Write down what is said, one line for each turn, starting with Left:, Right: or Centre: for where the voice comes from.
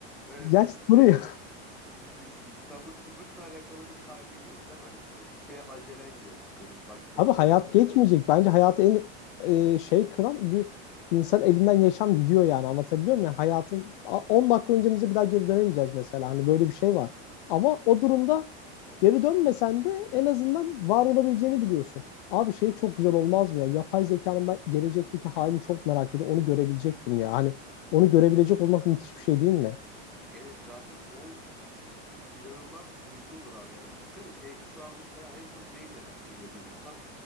Centre: Evet,
Left: yaş duruyor.
Centre: şey yok. E, Sabırsızlıkla alakalı bir kaygın yok değil mi? Hani işte bir şeye acelen yok dönüp baktığında.
Left: Abi hayat
Centre: Öyle bir- şey-
Left: geçmeyecek. Bence hayatı en e, şey kılan bir insan elinden yaşam gidiyor yani anlatabiliyor muyum? Yani hayatın a- 10 dakika öncemize bir daha geri dönemeyeceğiz mesela. Hani böyle bir şey var. Ama o durumda geri dönmesen de en azından var olabileceğini biliyorsun. Abi şey çok güzel olmaz mı ya? Yapay zekanın ben gelecekteki halini çok merak ediyorum. Onu görebilecektim ya. Hani onu görebilecek olmak müthiş bir şey değil mi?
Centre: Evet zaten o inanılmaz bir duygu olur abi. Yani düşünsene şey şu an mesela en çok neyi merak ediyor bir insan?